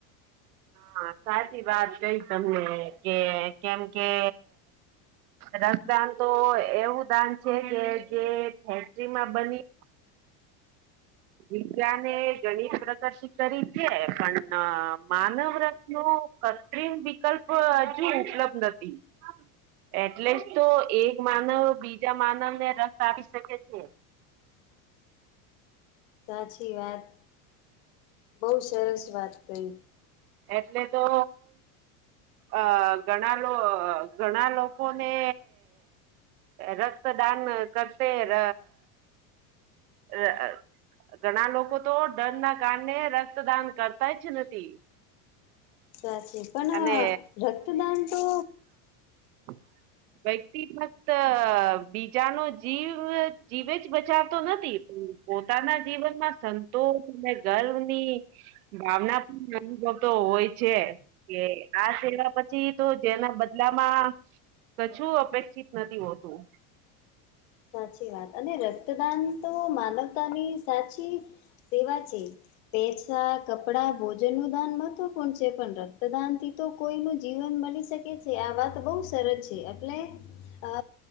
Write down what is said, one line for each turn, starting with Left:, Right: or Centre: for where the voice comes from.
Right: હા સાચી વાત કઈ તમે કે કેમ કે રક્દાન તો એવું દાન છે કે જે ફેક્ટરીમાં બની વિજ્ઞાએ ગણિત પ્રગતિ કરી છે પણ માનવ રત્નું કત્રિમ વિકલ્પ હજી ઉપલબ્ધ હતી એટલે જ તો એક માનવ બીજા માનવ ને રક્ત આપી શકે છે.
Left: સાચી વાત બહુ સરસ વાત કહી
Right: એટલે તો અ ઘણા લો ઘણા લોકોને રક્તદાન કરતે ર અ ઘણા લોકો તો ડરના કારણે રક્તદાન કરતાઈ જ નથી.
Left: સાચી પણ
Right: અને
Left: રક્તદાન તો
Right: <inaudible> વ્યક્તિ ફક્ત બીજાનો જીવ જીવે જ બચાવતો નથી કે પોતાના જીવનમાં સંતોષ અને ગર્વની ભાવના પણ અનુભવ તો હોય છે. કે આ સેવા પછી તો જેના બદલામાં કછું અપેક્ષિત નથી હોતું.
Left: સાચી વાત અને રક્તદાન તો માનવતાની સાચી સેવા છે પેસા કપડા ભોજન નું દાન મહત્વપૂર્ણ છે પણ રક્તદાન થી તો કોઈ નુજીવન મળી શકે છે આ વાત બહુ સરસ છે એટલે અ